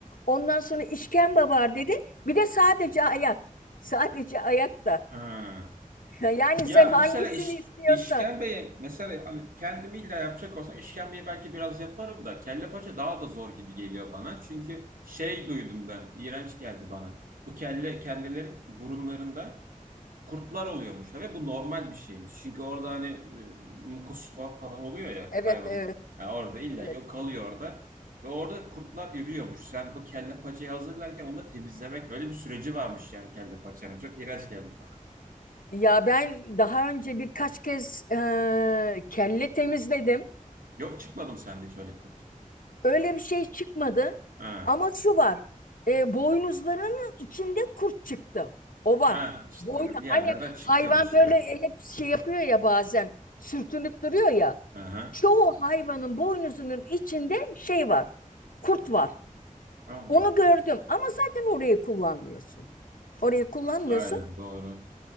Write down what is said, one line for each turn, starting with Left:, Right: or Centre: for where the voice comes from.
Left: Ondan sonra işkembe var dedi. Bir de sadece ayak. Sadece ayak da.
Right: Ha.
Left: <laughs> Yani
Right: Ya
Left: sen
Right: mesela
Left: hangisini
Right: iş,
Left: istiyorsan.
Right: işkembeye mesela hani kendimi illa yapacak olsam işkembeyi belki biraz yaparım da kelle paça daha da zor gibi geliyor bana. Çünkü şey duydum ben iğrenç geldi bana. Bu kelle kellelerin burunlarında kurtlar oluyormuş ve bu normal bir şeymiş. Çünkü orada hani e, mukus o falan oluyor ya
Left: Evet
Right: hayvanın
Left: evet
Right: yani orada illa
Left: evet.
Right: ki o kalıyor orada. Ve orada kurtlar ürüyormuş. Sen bu kelle paçayı hazırlarken onu da temizlemek öyle bir süreci varmış yani kelle paçanın. Çok iğrenç geldi bana.
Left: Ya ben daha önce birkaç kez eee, kelle temizledim.
Right: Yok çıkmadım sende hiç öyle kurt.
Left: Öyle bir şey çıkmadı.
Right: Ha.
Left: Ama şu var. E, boynuzlarının içinde kurt çıktı. O var.
Right: Ha işte
Left: Boynu
Right: bir yerlerden
Left: hani
Right: çıkıyormuş
Left: hayvan böyle
Right: yani.
Left: hep şey yapıyor ya bazen sürtünüp duruyor ya.
Right: Aha.
Left: Çoğu hayvanın boynuzunun içinde şey var. Kurt var.
Right: Allah
Left: Onu
Right: Allah.
Left: gördüm ama zaten orayı kullanmıyorsun. Orayı kullanmıyorsun.
Right: Aynen doğru.